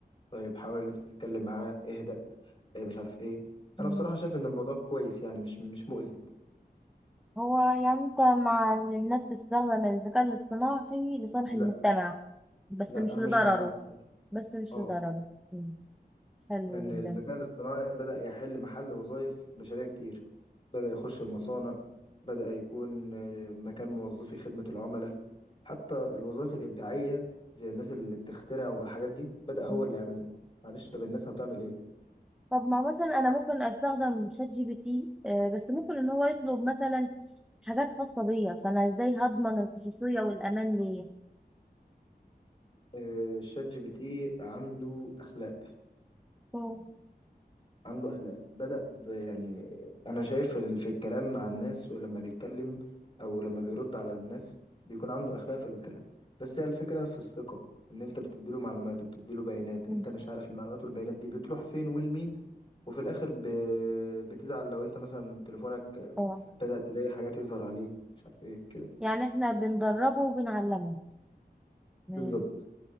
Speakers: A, on the left; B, in the centre.
A: طيب حاول ان انت تتكلم معاه اهدأ آه، مش عارف ايه
B: مم.
A: انا بصراحه شايف ان الموضوع كويس يعني مش مش مؤذي
B: هو يعني أنت مع إن الناس تستخدم الذكاء الاصطناعي لصالح
A: لا
B: المجتمع بس
A: لا
B: مش
A: انا
B: لضرره
A: مش معاه
B: بس مش
A: اه
B: لضرره مم. حلو
A: لأن
B: جدا
A: الذكاء
B: ده
A: الاصطناعي بدأ يحل محل وظائف بشرية كتير بدأ يخش المصانع بدأ يكون آه، مكان موظفي خدمة العملاء حتى الوظائف الإبداعية زي الناس اللي بتخترع والحاجات دي بدأ هو
B: مم.
A: اللي يعملها معلش طب الناس هتعمل إيه؟
B: طب ما مثلا أنا ممكن أستخدم شات جي بي تي آه، بس ممكن إن هو يطلب مثلا حاجات خاصة بيا فأنا إزاي هضمن الخصوصية والأمان ليا؟
A: آه، شات جي بي تي عنده أخلاق
B: مم.
A: عنده اخلاق بدأ ب يعني انا شايف ال- في الكلام مع الناس ولما بيتكلم او لما بيرد على الناس بيكون عنده اخلاق في الكلام بس هي الفكرة في الثقة ان انت بتديله معلومات وبتديله بيانات
B: مم.
A: انت مش عارف المعلومات والبيانات دي بتروح فين ولمين وفي الاخر ب... بتزعل لو انت مثلا تليفونك
B: اه
A: بدأ تلاقي حاجات يظهر عليه مش عارف ايه كده
B: يعني احنا بندربه وبنعلمه تمام
A: بالظبط